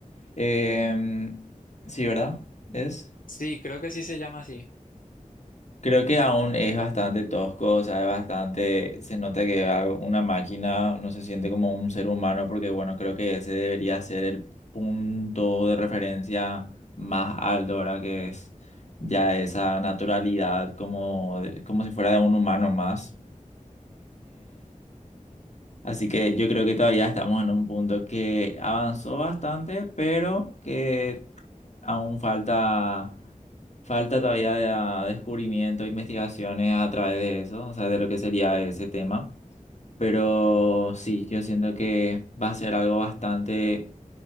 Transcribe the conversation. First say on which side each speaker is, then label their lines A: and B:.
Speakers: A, on the left; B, on the left.
A: Em, sí, ¿verdad? ¿Es?
B: Sí, creo que sí se llama así.
A: Creo que aún es bastante tosco, o sea, es bastante, se nota que algo- una máquina no se siente como un ser humano, porque bueno, creo que ese debería ser el punto de referencia más alto, ¿verdad? Que es ya esa naturalidad como, de- como si fuera de un humano más. Así que yo creo que todavía estamos en un punto que avanzó bastante, pero que aún falta, falta todavía de- ah, descubrimiento, investigaciones a través de eso, o sea, de lo que sería ese tema. Pero sí, yo siento que va a ser algo bastante,